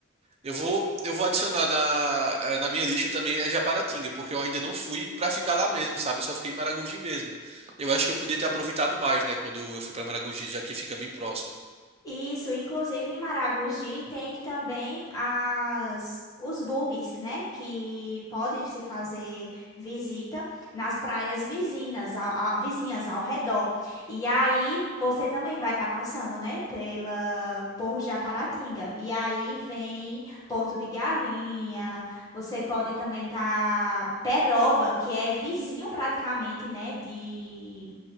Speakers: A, on the right; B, on the left.
A: Eu vou, eu vou adicionar na, eh, na minha lista também é Japaratinga, porque eu ainda não fui pra ficar lá mesmo, sabe? Eu só fiquei em Maragogi mesmo. Eu acho que eu podia ter aproveitado mais, né, quando eu fui pra Maragogi, já que fica bem próximo.
B: Isso, inclusive em Maragogi tem também as os bugs, né? Que pode se fazer visita nas praias vizinhas, ao, a- vizinhas ao redor. E aí você também vai estar passando, né? Pela por Japaratinga. E aí vem Porto de Galinha. Você pode também estar Peroba, que é vizinho praticamente, né? De